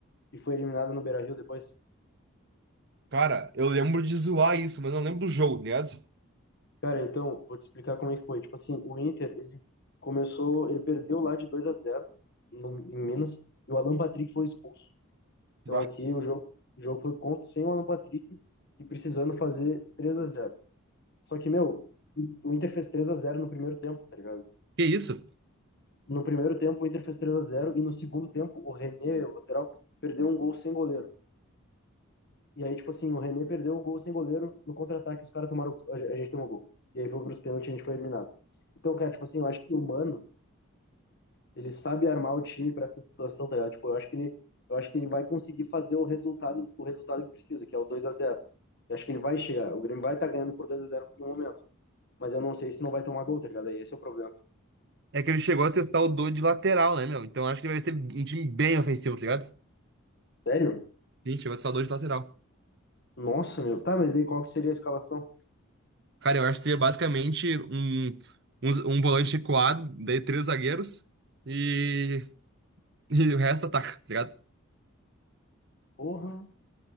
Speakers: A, on the left; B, on the right.
A: e foi eliminado no Beira-Rio depois.
B: Cara, eu lembro de zoar isso, mas não lembro do jogo, tá ligado?
A: Cara, então, vou te explicar como é que foi. Tipo assim, o Inter, ele começou, ele perdeu lá de 2 a zero no, em Minas, e o Alan Patrick foi expulso. Então
B: Bah.
A: aqui o jogo, o jogo foi contra sem o Alan Patrick e precisando fazer três a zero Só que, meu, o Inter fez 3 a zero no primeiro tempo, tá ligado?
B: Que isso?
A: No primeiro tempo o Inter fez 3 a zero e no segundo tempo o René, o lateral, perdeu um gol sem goleiro. E aí, tipo assim, o René perdeu o gol sem goleiro no contra-ataque, os caras tomaram. A a gente tomou gol. E aí foi pros pênaltis e a gente foi eliminado. Então, cara, tipo assim, eu acho que o Mano, ele sabe armar o time pra essa situação, tá ligado? Tipo, eu acho que ele, eu acho que ele vai conseguir fazer o resultado, o resultado que precisa, que é o dois a zero Eu acho que ele vai chegar. O Grêmio vai estar ganhando por 2 a zero em um momento. Mas eu não sei se não vai tomar gol, tá ligado? Aí Esse é o problema.
B: É que ele chegou a testar o Dodge de lateral, né, meu? Então eu acho que ele vai ser um time bem ofensivo, tá ligado?
A: Sério?
B: Ele chegou a testar o Dodge de lateral.
A: Nossa, meu. Tá, mas daí qual que seria a escalação?
B: Cara, eu acho que seria basicamente um, um, z- um volante recuado, daí três zagueiros e, e o resto ataca, tá ligado?
A: Porra.